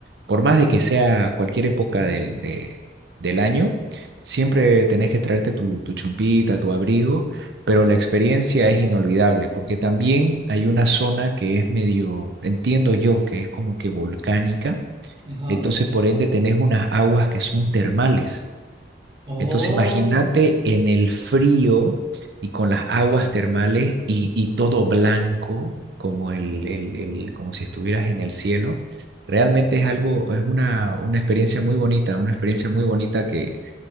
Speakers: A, on the right (about 65°); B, on the right (about 25°).
A: Por más de que sea cualquier época
B: Ujú.
A: del, de- del año, siempre tenés que traerte tu, tu chumpita, tu abrigo, pero la experiencia es inolvidable, porque también hay una zona que es medio, entiendo yo, que es como que volcánica,
B: Ajá.
A: entonces por ende tenés unas aguas que son termales.
B: Oh.
A: Entonces imagínate en el frío y con las aguas termales y, y todo blanco, como, el, el- el- como si estuvieras en el cielo. Realmente es
B: Ajá.
A: algo, es una, una experiencia muy bonita, una experiencia muy bonita que,